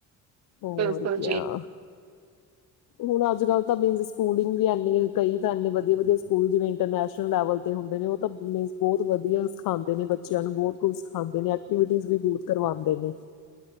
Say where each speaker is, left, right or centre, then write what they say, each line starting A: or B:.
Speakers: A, on the left; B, on the right.
A: ਹੋਰ
B: ਬਿਲਕੁਲ
A: ਕਿਆ?
B: ਜੀ <unintelligible>
A: ਹੁਣ ਅੱਜ-ਕੱਲ ਤਾਂ ਮੀਨਸ ਸਕੂਲਿੰਗ ਵੀ ਇਨੀਂ ਕਈ ਤਾਂ ਇੰਨੇ ਵਧੀਆ-ਵਧੀਆ ਸਕੂਲ ਜਿਵੇਂ ਇੰਟਰਨੈਸ਼ਨਲ ਲੈਵਲ ਤੇ ਹੁੰਦੇ ਨੇ ਬਹੁਤ ਵਧੀਆ ਸਿਖਾਂਦੇ ਨੇ ਬੱਚਿਆਂ ਨੂੰ, ਬਹੁਤ ਕੁਝ ਸਿਖਾਂਦੇ ਨੇ, ਐਕਟੀਵਿ ਵੀ ਬਹੁਤ ਕਰਵਾਂਦੇ ਨੇ।